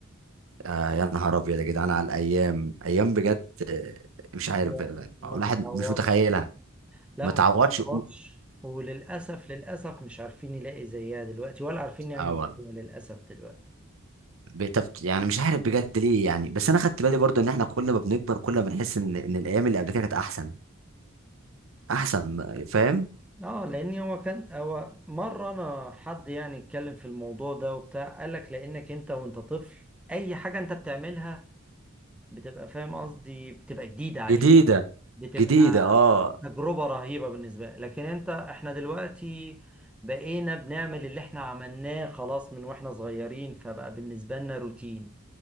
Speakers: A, on the right; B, in the centre.
A: آه يا نهار ابيض يا جدعان على الايام ايام بجد آه، مش عارف
B: هي
A: بقى- بقى-
B: ما
A: الواحد
B: تتعوضش
A: مش متخيلها
B: لا
A: ما تعوضش
B: ما تتطلبش
A: قوت
B: وللأسف للأسف مش عارفين يلاقي زيها دلوقتي ولا عارفين نعمل
A: اول
B: زيها للأسف دلوقتي
A: بتبت... يعني مش عارف بجد ليه يعني بس انا خدت بالي برضو ان احنا كل ما بنكبر كل ما بنحس ان ان الايام اللي قبل كده كانت احسن احسن فاهم
B: اه لان هو كان هو مره انا حد يعني اتكلم في الموضوع ده وبتاع قال لك لانك انت وانت طفل اي حاجه انت بتعملها بتبقى فاهم قصدي بتبقى جديده عليك
A: جديده
B: بتبقى
A: جديده اه
B: تجربه رهيبه بالنسبه لك لكن انت احنا دلوقتي بقينا بنعمل اللي احنا عملناه خلاص من واحنا صغيرين فبقى بالنسبه لنا روتين